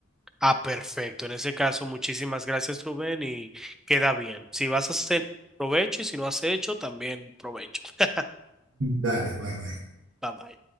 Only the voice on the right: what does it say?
Dale, bye bye.